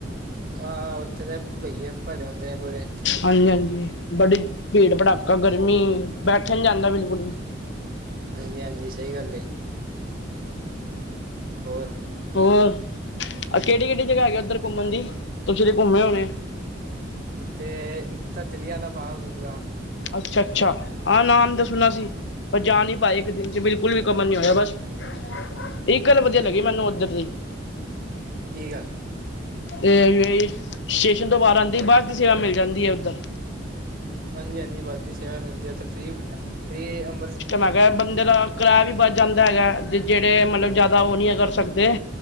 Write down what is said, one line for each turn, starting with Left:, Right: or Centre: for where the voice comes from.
Right: ਹਾਂ ਉਹ ਤਾ ਭਈਏ ਭਰੇ ਹੁੰਦੇ ਆ ਪੂਰੇ
Left: ਹਾਂਜੀ ਹਾਂਜੀ, ਬੜੀ ਭੀੜ
Right: ਹਾਂਜੀ
Left: ਭੜਾਕਾ ਗਰਮੀ ਬੈਠਾ ਨਹੀ ਜਾਂਦਾ ਬਿਲਕੁਲ ਵੀ।
Right: ਹਾਂਜੀ ਹਾਂਜੀ, ਸਹੀ ਗੱਲ ਏ। ਹੋਰ
Left: ਹੋਰ, ਆ ਕਿਹੜੀ ਕਿਹੜੀ ਜਗ੍ਹਾ ਹੈਗੀ ਉੱਧਰ ਘੁੰਮਣ ਦੀ ਤੁਸੀਂ ਤੇ ਘੁੰਮੇ ਹੋਣੇ।
Right: ਤੇ ਇੱਕ ਤਾਂ ਜਲਿਆਂ ਵਾਲਾ ਦਾ ਬਾਗ ਹੋ ਗਿਆ।
Left: ਅੱਛਾ ਅੱਛਾ, ਆਹ ਨਾਮ ਤਾ ਸੁਣਾ ਸੀ। ਪਰ ਜਾ ਨਹੀਂ ਪਾਏ ਇੱਕ ਦਿਨ 'ਚ ਬਿਲਕੁਲ ਅਮਲ ਨੀ ਹੋਇਆ ਬਸ। ਇੱਕ ਗੱਲ ਵਧੀਆ ਲੱਗੀ ਮੈਨੂੰ ਉੱਧਰ ਦੀ
Right: ਕੀ ਗੱਲ
Left: ਏਐਏ ਏਐਏ ਸਟੇਸ਼ਨ ਤੋਂ ਬਾਹਰ ਆਉਂਦੀ ਬੱਸ ਦੀ ਸੇਵਾ ਮਿਲ ਜਾਂਦੀ ਹੈ ਉੱਧਰ।
Right: ਹਾਂਜੀ ਹਾਂਜੀ, ਬੱਸ ਦੀ ਸੇਵਾ ਮਿਲਦੀ ਹੈ ਉੱਥੇ ਫ੍ਰੀ ਫਰੀ ਅੰਬਰਸਰ।
Left: ਮੈ ਕਿਹਾ ਬੰਦੇ ਦਾ ਕਿਰਾਇਆ ਵੀ ਬੱਚ ਜਾਂਦਾ ਹੈਗਾ, ਜੇ ਜਿਹੜੇ ਮਤਲਬ
Right: ਹਾਂਜੀ
Left: ਜ਼ਿਆਦਾ ਉਹ ਨਹੀਂ ਹੈ ਭਰ ਸਕਦੇ।